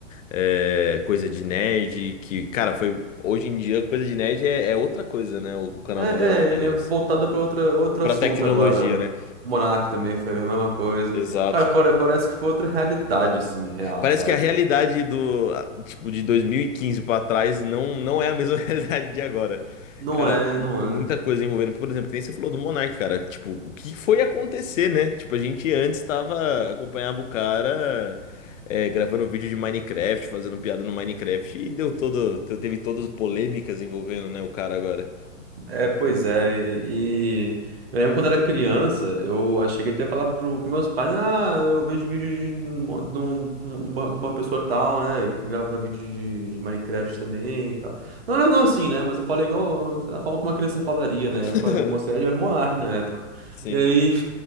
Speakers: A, on the left; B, on the right.
A: é, coisa de nerd, que, cara, foi. Hoje em dia, coisa de nerd é, é outra coisa, né? O canal
B: É,
A: do Leão e da
B: é, ele
A: Nilce.
B: é voltado pra outra, outro
A: Pra
B: assunto
A: tecnologia,
B: agora.
A: né?
B: Monarch também foi a mesma coisa.
A: Exato.
B: Cara, pare- parece que foi outra realidade, assim, real,
A: Parece
B: sabe?
A: que a realidade do, tipo, de 2015 pra trás não, não é a mesma <laughs> realidade de agora.
B: Não
A: Cara,
B: é,
A: mu-
B: não
A: muita
B: é.
A: coisa envolvendo, por exemplo, que nem você falou do Monark, cara. Tipo, o que foi acontecer, né? Tipo, a gente antes tava, acompanhava o cara é, gravando vídeo de Minecraft, fazendo piada no Minecraft e deu todo, teve todas as polêmicas envolvendo, né, o cara agora.
B: É, é, pois é, e eu lembro quando era criança, eu cheguei até a falar pro, pros meus pais, ah, eu vejo vídeo de, um- de, um- de uma, de uma pessoa tal, né, que grava vídeo de Minecraft também e tal. Não, não, não assim, né, mas eu falei igual, a forma como uma criança falaria,
A: <laughs>
B: né, eu falei, moça, eu era um monarca na época.
A: Sim.
B: E aí,